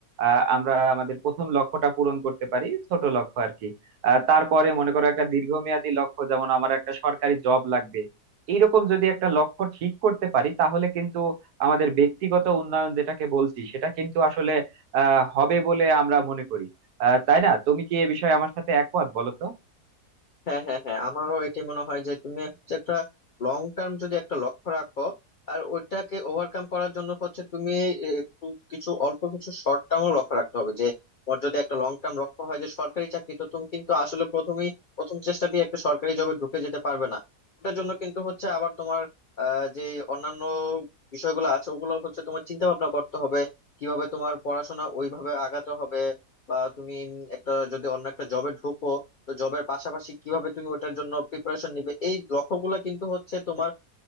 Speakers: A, on the right (about 75°); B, on the left (about 85°).
A: আহ, আমরা আমাদের প্রথম লক্ষ্যটা পূরণ করতে পারি ছোট লক্ষ্য আর কি আহ, তারপরে মনে করো একটা দীর্ঘমেয়াদী লক্ষ্য যেমন আমার একটা সরকারি জব লাগবে এইরকম যদি একটা লক্ষ্য ঠিক করতে পারি তাহলে কিন্তু আমাদের ব্যক্তিগত উন্নয়ন যেটাকে বলছি সেটা কিন্তু আসলে আহ হবে বলে আমরা মনে করি আহ, তাই না তুমি কি এ বিষয়ে আমার সাথে একমত বলো তো
B: হ্যাঁ হ্যাঁ হ্যাঁ আমারও এটি মনে হয় যে তুমি হচ্ছে একটা লং টার্ম যদি একটা লক্ষ্য রাখো আর ওইটাকে ওভারকাম করার জন্য হচ্ছে তুমি একটু কিছু অল্প কিছু শর্ট টার্মও লক্ষ্য রাখতে হবে যে তোমার যদি একটা লং টার্ম লক্ষ্য হয় যে সরকারি চাকরি তো তুমি কিন্তু আসলে প্রথমেই প্রথম চেষ্টাতেই একটা সরকারি জবে ঢুকে যেতে পারবে না ওটার জন্য কিন্তু হচ্ছে আবার তোমার আহ যে অন্যান্য বিষয়গুলো আছে ওগুলো হচ্ছে তোমার চিন্তা ভাবনা করতে হবে কিভাবে তোমার পড়াশোনা ওইভাবে আগাতে হবে বা তুমি উম, একটা যদি অন্য একটা জবে ঢুকো তো জবের পাশাপাশি কিভাবে তুমি ওটার জন্য প্রিপারেশন নিবে এই লক্ষ্যগুলো কিন্তু হচ্ছে তোমার